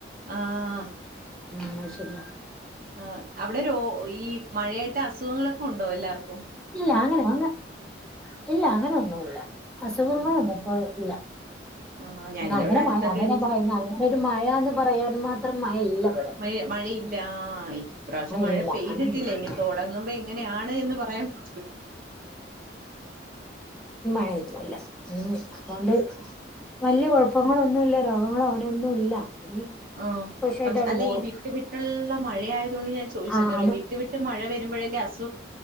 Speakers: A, on the right (about 45°); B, in the centre.
A: ആഹ
B: ആ അത് ശരിയാണ്
A: ആ് അവിടെോ ഈ മഴയായിട്ട് അസുഖങ്ങളൊക്കെ ഉണ്ടോ എല്ലാവർക്കും
B: ഇല്ല അങ്ങനെ അങ്ങ ഇല്ല അങ്ങനെൊന്നുംല്ല അസുഖങ്ങളൊന്നും
A: ഉം ഉം
B: ഇപ്പോൾ ഇല്ല
A: ആഹ് ഞങ്ങളവിടെ
B: അങ്ങനെ
A: അടുത്തൊക്കെ
B: മഴ അങ്ങനെയ
A: എൽ
B: പറയുന്നത് അങ്ങനെ ഒരു മഴന്ന് പറയാൻ മാത്രം മഴ ഇല്ല ഇവിട
A: മഴ മഴയില്ല ആ ഇപ്രാവശ്യം മഴ
B: ഇല്ല
A: പെയ്തിട്ടില്ല
B: അങ്ങനെയൊന്നുല്ല
A: ഇനി തുടങ്ങുമ്പോ എങ്ങനെയാണ് എന്ന് പറയാൻ പറ്റ
B: ല്ല ഉ അതുകൊണ്ട് വലിയ കുഴപ്പങ്ങളൊന്നുമല്ല രോഗങ്ങളോ അങ്ങനെയൊന്നും ഇല്ല ഉം
A: ആഹ
B: കുശായിട്ട്
A: പക്ഷെ
B: അവിടെ
A: അല്ല
B: പോണു
A: ഈ വിട്ടു വിട്ടുള്ള മഴയയതുകൊണ്ട് ഞാൻ ചോദിച്ചിരുന്നുള്ള
B: ആഹ്
A: വിട്ടു വിട്ട് മഴ വരുമ്പ േ <unintelligible>